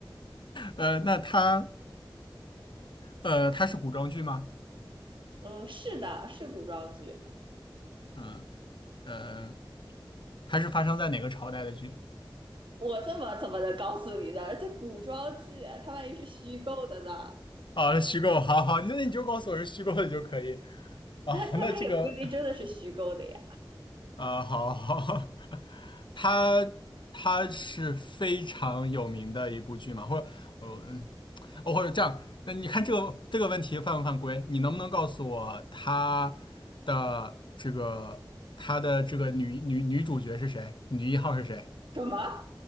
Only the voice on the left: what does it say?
呃，那它呃它是古装剧吗？
嗯呃，它是发生在哪个朝代的剧？
啊，虚构，好好，那你就告诉我是虚构的就可以。啊，
那这个啊，好好，<laughs> 它它是非常有名的一部剧嘛，或者我嗯，哦，或者这样，那你看这个这个问题犯不犯规？你能不能告诉我它的这个它的这个女女女主角是谁？女一号是谁？